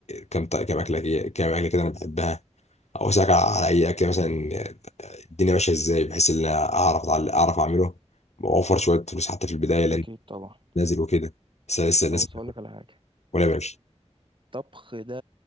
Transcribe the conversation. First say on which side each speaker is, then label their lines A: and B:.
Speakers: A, on the left; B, on the right.
A: كم ط- كم اكله كي- كم اكله كده انا بحبها او اسالك على اي اكل مثلا الدنيا ماشيه ازاي بحيث ان أنا اعرف أتعل- اعرف اعمله واوفر شويه فلوس حتى في البدايه لان
B: أكيد طبعا
A: نازل وكده لسه لسه لسه
B: أبص أقول لك على حاجة
A: ولا ماشي
B: الطبخ ده